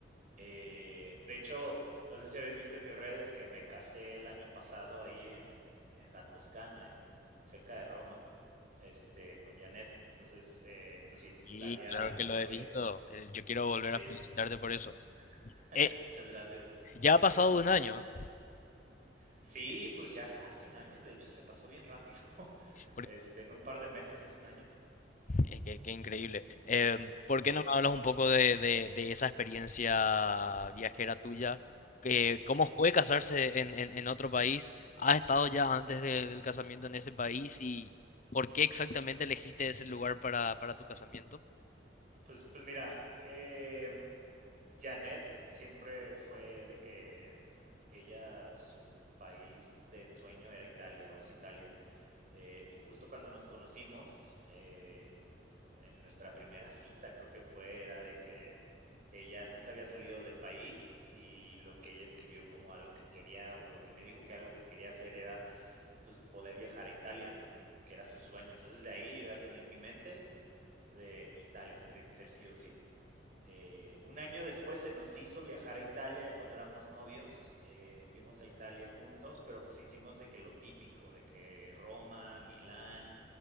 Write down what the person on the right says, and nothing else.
Eh, de hecho, no sé si habéis visto en mis redes que me casé el año pasado ahí en en la Toscana, en en cerca de Roma, este, con Janet. Entonces, eh, pues sí, Italia,
yo
creo
que
Sí,
<laughs>
muchas gracias.
Sí, pues ya casi un año, de hecho, se pasó bien rápido. <laughs>
Este, en un par de meses hace un año.
Sí,
ujú.
S
Pues pues mira, em, Janette siempre fue de que ella, su país de ensueño era Italia, o es Italia. Eh, y justo cuando nos conocimos, eh, en nuestra primera cita, creo que fue, era de que ella nunca había salido del país y lo que ella escribió como algo que quería, o lo que me dijo que algo que quería hacer era, pues, poder viajar a Italia, ¿no? Que era su sueño. Entonces, de ahí yo ya tenía en mi mente de Italia, tiene que ser sí o sí. Eh, un año después se nos hizo viajar a Italia, ya cuando éramos novios, eh, fuimos a Italia juntos, pero pues hicimos de que lo típico, de que Roma, Milán,